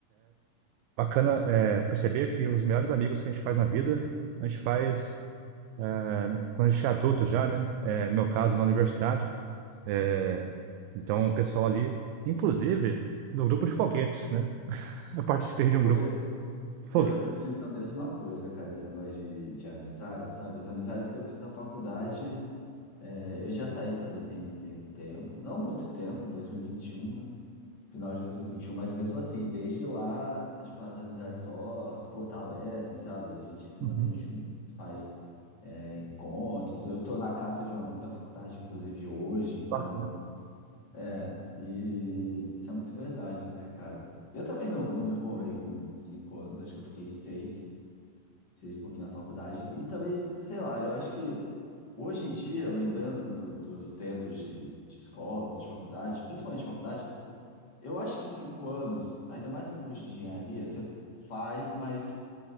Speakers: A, on the right; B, on the left.
A: bacana é, perceber que os melhores amigos que a gente faz na vida, a gente faz é, quando a gente é adulto já, né? É, no meu caso, na universidade. É, então, o pessoal ali, inclusive, do grupo de foguetes, né? Eu participei de um
B: Pô,
A: grupo de foguetes.
B: Eu, eu sinto a mesma coisa, cara, esse negócio de, de amizade, sabe? As amizades que eu fiz na faculdade, é, eu já saí também tem, tem um tempo, não muito tempo, em 2021, né? Final de 2021, mas mesmo assim, desde lá, é, tipo, as amizades só se fortalecem, sabe? A gente se
A: Uhum.
B: mantém junto, faz, é, encontros. Eu tô na casa de um amigo da faculdade, inclusive, hoje, então,
A: Ah, Com
B: é, e isso é muito verdade, né, cara? Eu também não, não me formei com cinco anos, acho que eu fiquei seis seis e pouquinho na faculdade. E também, sei lá, eu acho que hoje em dia, lembrando do- dos tempos de, de escola, de faculdade, principalmente de faculdade, eu acho que cinco anos, ainda mais um curso de engenharia, você faz, mas